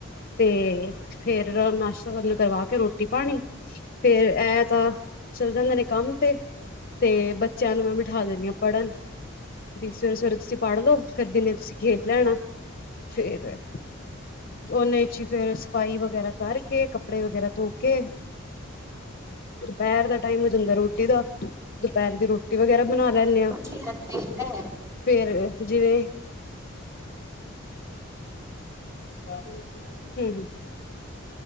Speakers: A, on the left; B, on the right.
A: ਤੇ ਫੇਰ ਨਾਸ਼ਤਾ-ਪਾਣੀ ਕਰਵਾ ਕੇ ਰੋਟੀ ਪਾਣੀ ਫੇਰ ਇਹ ਤਾਂ ਚੱਲ ਜਾਂਦੇ ਨੇ ਕੰਮ ਤੇ, ਤੇ ਬੱਚਿਆਂ ਨੂੰ ਮੈਂ ਬਿਠਾ ਦਿੰਣੀ ਹਾਂ ਪੜ੍ਹਨ। ਵੀ ਸਵੇਰੇ ਸਵੇਰੇ ਤੁਸੀਂ ਪੜ ਲਓ ਫੇਰ ਦੀਨੇ ਤੁਸੀਂ ਖੇਲ ਲੈਣਾ। ਫੇਰ ਉਹਨੇ ਚ ਫੇਰ ਸਫ਼ਾਈ ਵਗੈਰਾ ਕਰਕੇ ਕੱਪੜੇ ਵਗੈਰਾ ਧੋ ਕੇ ਦੁਪਹਿਰ ਦਾ ਟਾਈਮ ਹੋ ਜਾਂਦਾ ਰੋਟੀ ਦਾ ਦੁਪਹਿਰ ਦੀ ਰੋਟੀ ਵਗੈਰਾ ਬਣਾ ਲੈਂਦੇ ਆਂ।
B: ੀ ਹ ਹੈ <inaudible>
A: ਫੇਰ ਜਿਵੇਂ <inaudible> ਹੂੰ-ਹੂੰ